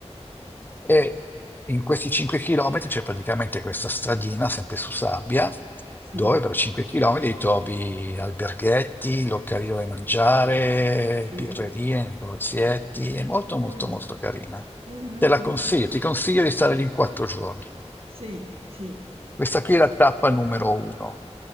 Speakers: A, on the left (about 15°); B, on the right (about 55°).
A: E in questi 5 chilometri c'è praticamente questa stradina, sempre su sabbia,
B: sì,
A: dove per 5 chilometri trovi alberghetti, locali dove mangiare,
B: sì,
A: birrerie, negozietti, è molto molto
B: mh,
A: molto carina.
B: mh-mh,
A: Te la consiglio,
B: mh.
A: ti consiglio di stare lì in 4 giorni.
B: Sì, sì.
A: Questa qui è la tappa numero uno.